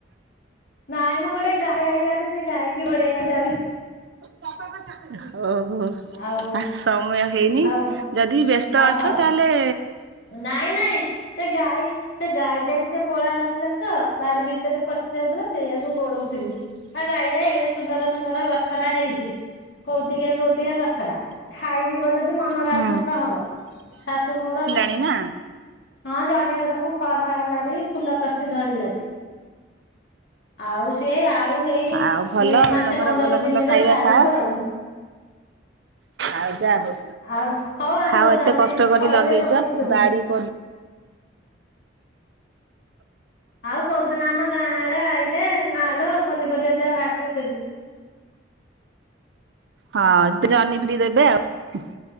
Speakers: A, on the left (about 60°); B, on the right (about 65°).
A: ନାଇଁ ମୋ ଗୋଟେ ଗାଈ ଆଇଲାରେ ସେ ଗାଈ କି ଗୋଡେଇଆ ଯାଉ।
B: କଥା। ଓହୋ
A: ଆଉ
B: ଆ ସମୟ ହେଇନି
A: ଆଉ
B: ଯଦି ବ୍ୟସ୍ତ
A: ହଁ
B: ଅଛ
A: ହଉ।
B: ତା ହେଲେ।
A: ନାଇଁ ନାଇଁ ସେ ଗାଈ ସେ ଗାଈ ଟା ଟିକେ ପଳେଇ ଆସିଲା ତ। ବାରି ଭିତରେ ପଶି ଯାଉଥିଲା ସେଇଆକୁ ଗୋଡଉଥିଲି। ଆଉ ଗାଈରେ ଏଡେ ସୁନ୍ଦର ସୁନ୍ଦର ଗଛରା ହେଇଛି। କୋଉଟିକା କୋଉଟିଆ କଥା ଟା ଖାଇଯିବ ଯଦି ମନ ଭାରି
B: ହଁ।
A: ଦୁଃଖ ହବ ଶାଶୁ ମୋର।
B: ନେଇ ନା।
A: ହଁ ଜହ୍ନିର ସବୁ କଢ ହେଲାରି ଫୁଲ କଷି ଧରିଲାରି। ଆଉ ସିଏ ଆଉ ଏଇ
B: ଆଉ ଭଲ ଆଉ
A: ମାସେ
B: ତମର
A: ପନ୍ଦର
B: ଭଲ
A: ଦିନରେ
B: ଭଲ ଖାଇବା
A: ବାହାରିବ
B: ଖାଅ
A: ଆଉ। <inaudible>
B: ଆଉ ଯା ହଉ
A: ଆଉ ହଉ ଆମର
B: ଖାଅ
A: ଜହ୍ନି
B: ଏତେ କଷ୍ଟ କରି
A: ଫଳିଲେ
B: ଲଗେଇଛ
A: ତମକୁ ଦେମୁ।
B: ବାଡି। ପ
A: ଆଉ କୋଉଦିନ ଆମ ଗାଁ ଆଡେ ଆଇଲେ ମାଲ ପନିପରିବା ଯାହା ବାହାରିବ ଦେବି।
B: ହଁ ଜହ୍ନି ବି ଟିକେ ଦେବେ ଆଉ।